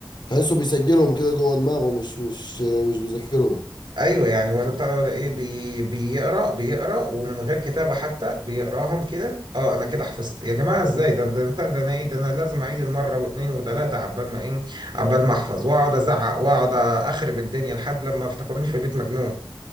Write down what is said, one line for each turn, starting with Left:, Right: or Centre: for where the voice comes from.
Left: تحسه بيسجلهم كده جوه دماغه مش مش مش بيذاكرهم
Right: ايوه يعني ولا بتاع ده ولا ايه بي بيقرا بيقرا ومن غير كتابه حتى بيقراهم كده اه انا كده حفظت يا جماعه ازاي ده ده ده, ده انا ايه ده انا لازم اعيد المره واثنين وثلاثه عبال ما ايه عبال ما احفظ واقعد ازعق واقعد اخرب الدنيا لحد لما افتكروني في البيت مجنون